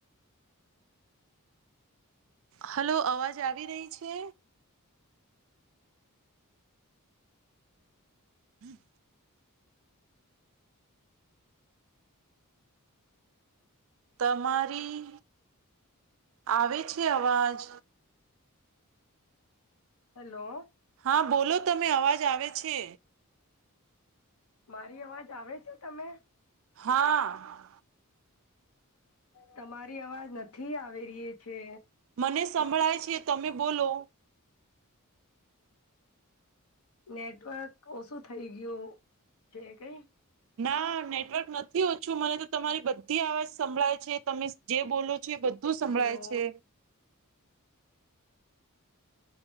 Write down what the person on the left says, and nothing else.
હેલો
મારી અવાજ આવે છે તમે?
તમારી અવાજ નથી આવે રીએછે.
નેટવર્ક ઓછું થઈ ગયું છે કઈ
હેલો